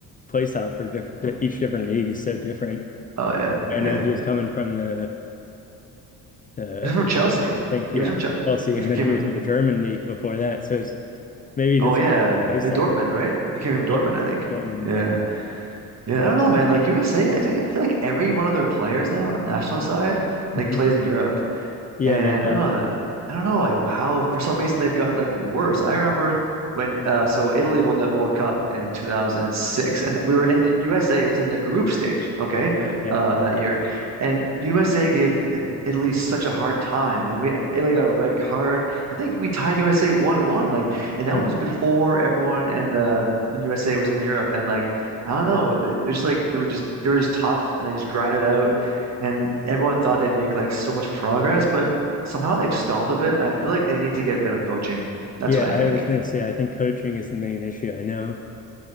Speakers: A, on the left; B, on the right.
A: play style for different each different league is so different.
B: Oh yeah,
A: I
B: yeah.
A: know he's coming from the the
B: He was from Chelsea.
A: I think, yeah,
B: He was from Chelsea.
A: Chelsea,
B: He
A: and
B: came
A: then he
B: from
A: was in the German league before that. So it's maybe
B: oh
A: just
B: yeah.
A: play
B: He
A: style.
B: was Dortmund, right? He came from Dortmund,
A: Yep,
B: I think.
A: Dortmund.
B: Yeah.
A: Yeah,
B: Yeah, I don't know, man. Like USA, I think I feel like every one of their players now on the national side like
A: hmm
B: plays in Europe.
A: yeah,
B: And
A: they've all.
B: I don't know I don't know like how for some reason they've gotten like worse. I remember when uh so Italy won the World Cup in 2006 and we were in the USA was in the group stage, okay?
A: Yeah,
B: Uh that year. And USA gave I- Italy such a hard time and we Italy got a red card. I think we tied USA 1-1 like and that
A: uh
B: was before everyone and the when USA was in Europe and like I don't know, they- they're just like they were just they were just tough and they just grinded out and everyone thought they'd make like so much progress, but somehow they've stalled a bit, and I feel like they need to get better coaching. That's
A: yeah.
B: what I think.
A: I was gonna say, I think coaching is the main issue. I know.